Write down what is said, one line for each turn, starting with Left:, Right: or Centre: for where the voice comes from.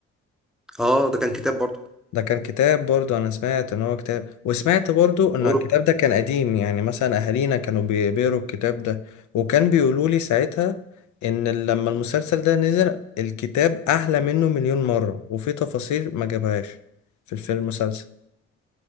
Centre: أه ده كان كتاب برضه
Left: ده كان كتاب برضو انا سمعت ان هو كتاب وسمعت برضو ان
Centre: غرب
Left: الكتاب ده كان قديم يعني مثلا اهالينا كانوا بي- بيقروا الكتاب ده وكان بيقولوا لي ساعتها ان لما المسلسل ده نزل الكتاب احلى منه مليون مرة وفي تفاصيل ما جابهاش في الفيلم المسلسل